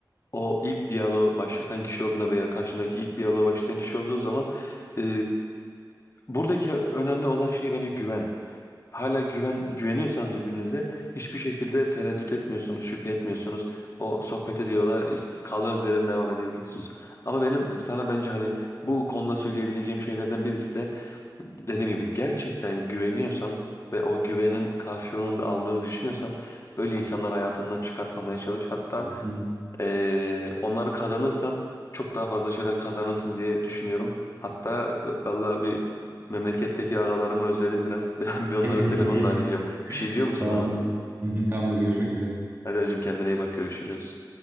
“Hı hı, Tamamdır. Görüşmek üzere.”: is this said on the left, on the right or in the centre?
Right